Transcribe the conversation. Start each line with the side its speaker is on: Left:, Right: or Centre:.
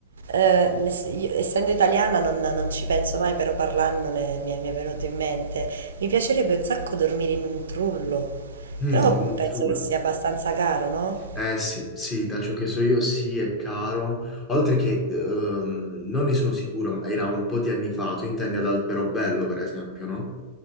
Right: eh, ne- io, essendo italiana, non, non ci penso mai, però parlandone mi è, mi è venuto in mente. Mi piacerebbe un sacco dormire in un trullo,
Left: Mm,
Right: però
Left: in un
Right: penso
Left: trul.
Right: che sia abbastanza caro, no?
Left: Eh sì, sì, da ciò che so io sì, è caro. Oltre che, ehm, non ne sono sicuro, ma era un po' di anni fa, tu intendi ad Alberobello, per esempio, no?